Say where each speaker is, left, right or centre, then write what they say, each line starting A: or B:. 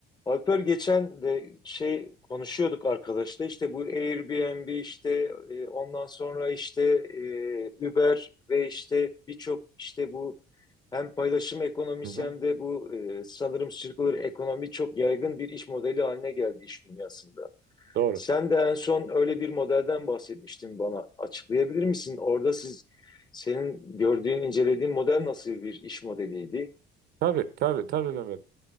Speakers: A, on the left; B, on the right.
A: Alper geçen de şey konuşuyorduk arkadaşla işte bu Airbnb işte e, ondan sonra işte e, Uber ve işte birçok işte bu hem paylaşım ekonomisi
B: Hı hı.
A: hem de bu e, sanırım circular ekonomi çok yaygın bir iş modeli haline geldi iş dünyasında.
B: Doğru.
A: Sen de en son öyle bir modelden bahsetmiştin bana. Açıklayabilir misin? Orada siz senin gördüğün, incelediğin model nasıl bir iş modeliydi?
B: Tabii tabii tabii Mehmet.